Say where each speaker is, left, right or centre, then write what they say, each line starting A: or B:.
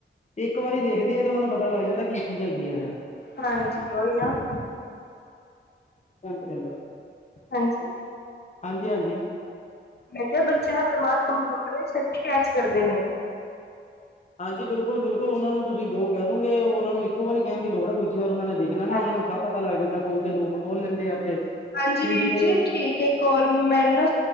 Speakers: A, on the left (about 35°); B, on the left (about 55°).
A: ਇੱਕ ਵਾਰੀ ਦੇਖਦੇ ਆ ਤੇ ਉਹਨਾਂ ਨੂੰ ਪਤਾ ਲੱਗ ਜਾਂਦਾ ਕੀ ਚੀਜ਼ ਹੈਗੀ ਹੈ।
B: ਹਾਂਜੀ ਕੋਈ ਨੀ।
A: ਕਣ ਤੇ ਕੱਲ ਕਰ।
B: ਹਾਂਜੀ
A: ਹਾਂਜੀ ਹਾਂਜੀ
B: ਮੈਂ ਕਿਹਾ ਬੱਚਿਆਂ ਦਾ ਦਿਮਾਗ ਕੰਪਿਊਟਰ ਕੈਚ ਕਰਦੇ ਨੇ।
A: ਹਾਂਜੀ ਬਿਲਕੁਲ ਬਿਲਕੁਲ ਉਹਨਾਂ ਨੂੰ ਤੁਸੀਂ ਜੋ ਕਹਿ ਦੋਗੇ ਉਹਨਾਂ ਨੂੰ ਇੱਕੋ ਵਾਰੀ ਕਹਿਣ ਦੀ ਲੋੜ ਆ ਦੂਜੀ ਵਾਰ ਉਹਨਾਂ ਨੇ ਦੇਖ। ਏਨਾ ਨੀ
B: ਹਾਂਜੀ
A: ਉਹਨਾ ਨੂੰ ਸਭ ਪਤਾ ਲੱਗ ਜਾਂਦਾ ਫੋਨ ਦੇ ਲੋਕ ਖੋਲ ਲੈਂਦੇ ਆ ਆਪੇ।
B: ਹਾਂਜੀ
A: ਟੀ
B: ਵੀਰ
A: ਵੀ ਦੇ
B: ਜੀ ਠੀਕ ਹੈ ਕੋਲ ਮੈਨੂੰ ਨਾ